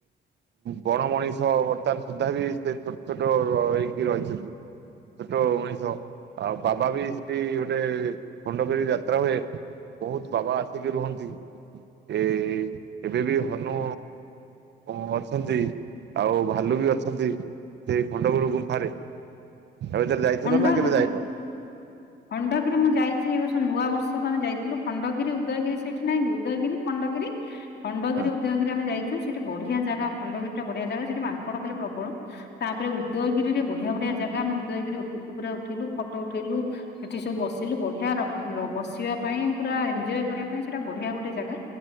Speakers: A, on the right (about 60°); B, on the left (about 55°).
A: ବଣମଣିଷ ବର୍ତ୍ତମାନ ସୁଦ୍ଧା ବି ସେ ଛୋଟ ଛୋଟ ହେଇକି ରହିଛନ୍ତି। ଛୋଟ ମଣିଷ ଆଉ ବାବା ବି ସେଠି ଗୋଟେ ଖଣ୍ଡଗିରି ଯାତ୍ରା ହୁଏ। ବୋହୁତ୍ ବାବା ଆସିକି ରୁହନ୍ତି। ଏ ଏବେ ବି ହନୁ ଅ ଅଛନ୍ତି। ଆଉ ଭାଲୁ ବି ଅଛନ୍ତି ସେଇ ଖଣ୍ଡଗୁରୁ ଗୁମ୍ଫାରେ। ଏ ଭିତରେ ଯାଇଥିଲ
B: ଷଣ୍ଢ
A: ନା କେବେ ଯାଇନ?
B: ଖଣ୍ଡଗିରି ମୁଁ ଯାଇଛି ଏ ବର୍ଷ ନୂଆ ବର୍ଷକୁ ଆମେ ଯାଇଥିଲୁ। ଖଣ୍ଡଗିରି, ଉଦୟଗିରି ସେଠି ନାହିଁ କି ଉଦୟଗିରି ଖଣ୍ଡଗିରି ଖଣ୍ଡଗିରି
A: ହଁ
B: ଉଦୟଗିରି ଆମେ ଯାଇ ଛୁ ସେଠି ବଢିଆ ଜାଗା ଖଣ୍ଡଗିରି ଟା ବଢିଆ ଜାଗା ସେଠି ମାଙ୍କଡ ଖାଲି ପ୍ରବଳ। ତାପରେ ଉଦୟଗିରିରେ ବଢିଆ ବଢିଆ ଜାଗା ଆମେ ଉଦୟଗିରି ଉପରକୁ ପୁରା ଉଠିଲୁ। ଫଟୋ ଉଠେଇଲୁ ସେଠି ସବୁ ବସିଲୁ ବଢିଆ ର ବସିବା ପାଇଁ ପୁରା ଏଞ୍ଜୟ୍ କରିବା ପାଇଁ ସେଟା ବଢିଆ ଗୋଟେ ଜାଗା।